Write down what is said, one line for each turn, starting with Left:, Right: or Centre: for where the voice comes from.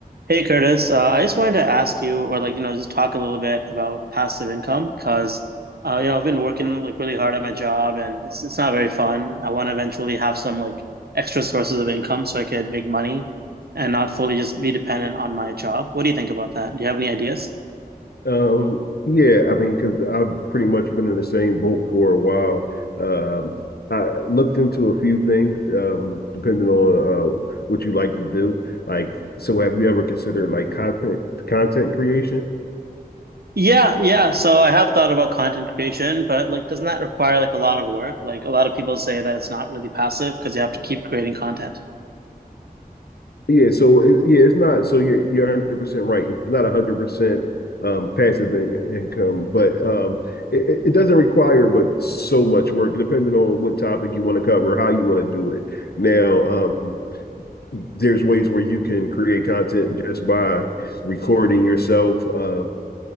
Right: Hey Curtis, uh, I just wanted to ask you, or like, you know, just talk a little bit about passive income because, uh, you know, I've been working like really hard at my job and it's it's not very fun. I want to eventually have some like extra sources of income so I could make money and not fully just be dependent on my job. What do you think about that? Do you have any ideas?
Left: Um, yeah, I mean, because I've pretty much been in the same boat for a while. Um, I looked into a few things, um, depending on uh, what you like to do. Like, so have you ever considered like content content creation?
Right: Yeah, yeah. So I have thought about content creation, but like, doesn't that require like a lot of work? Like, a lot of people say that it's not really passive because you have to keep creating content.
Left: Yeah, so it, yeah, it's not. So you're you're 100% right. It's not 100% um, passive in, income, but um, it, it it doesn't require but so much work, depending on what topic you want to cover, how you want to do it. Now, um, there's ways where you can create content just by recording yourself uh,